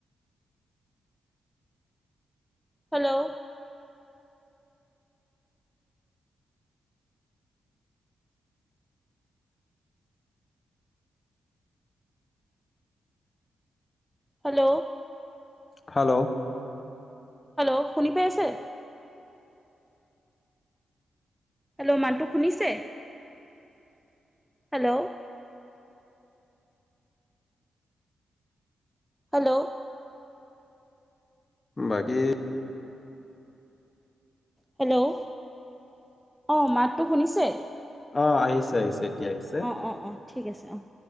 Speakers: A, in the centre; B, on the left.
A: Hello. Hello.
B: Hello.
A: Hello শুনি পাই আছে? হেল্ল' মানটো শুনিছে? হেল্ল'। হেল্ল'।
B: বাকী
A: হেল্ল' অ, মাতটো শুনিছে?
B: অহ, আহিছে, আহিছে এতিয়া আহিছে
A: অ, অ, অ, ঠিক আছে অ'।